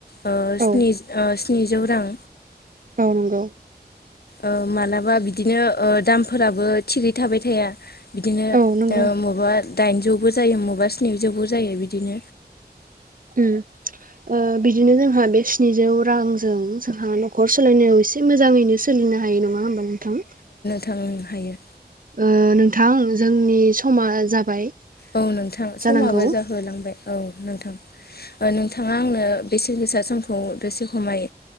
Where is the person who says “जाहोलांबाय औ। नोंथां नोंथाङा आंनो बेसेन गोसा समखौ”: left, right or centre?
Left